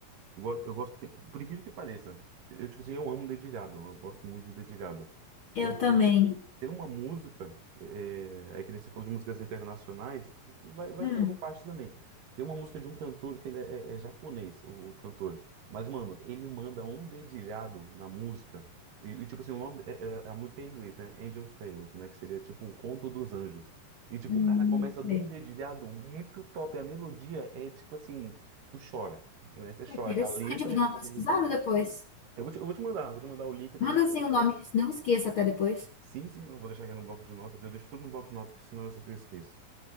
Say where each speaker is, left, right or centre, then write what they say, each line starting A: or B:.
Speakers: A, on the right; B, on the left.
A: Eu gosto, eu gosto, tem- por incrível que pareça, eu, tipo assim, eu amo dedilhado, eu gosto muito de dedilhado.
B: Eu
A: Eu
B: também.
A: tenho uma música, é, aí que nem você falou de músicas internacionais, vai, vai
B: Hum,
A: fazer parte também. Tem uma música de um cantor que ele é, é- é japonês, o, o cantor. Mas, mano, ele manda um dedilhado na música. E, e, tipo assim, o nome, é- é- a música é em inglês, né? Angel's Tales, né? Que seria tipo o Conto dos Anjos. E, tipo,
B: hum.
A: o cara começa de
B: é.
A: um dedilhado muito top. A melodia é, tipo assim tu chora, né? Você chora
B: Interessante,
A: com a letra
B: eu vou dar
A: e
B: uma
A: com
B: pesquisada
A: a melodia.
B: depois.
A: Eu vou te, eu vou te mandar, vou te mandar o link da
B: Manda
A: música
B: assim
A: até.
B: o nome, não esqueça até depois.
A: Sim, sim, não vou deixar aqui no bloco de notas. Eu deixo tudo no bloco de notas, que senão eu sei que eu esqueço.